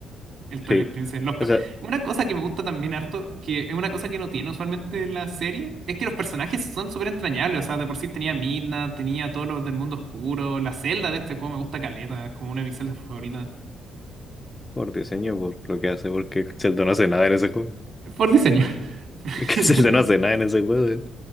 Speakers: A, on the right; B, on the left.
A: el Twilight
B: sí.
A: Princess. Los pe-
B: O sea,
A: una cosa que me gusta también harto, que es una cosa que no tiene usualmente la serie, es que los personajes son súper entrañables. O sea, de por sí tenía Midna, tenía a todos los del mundo oscuro, la celda de este juego me gusta caleta, es como una de mis celdas favoritas.
B: por diseño, por lo que hace, porque Zelda no hace nada en ese juego. <laughs>
A: Por diseño. <laughs>
B: Es que Zelda no hace nada en ese juego. eh.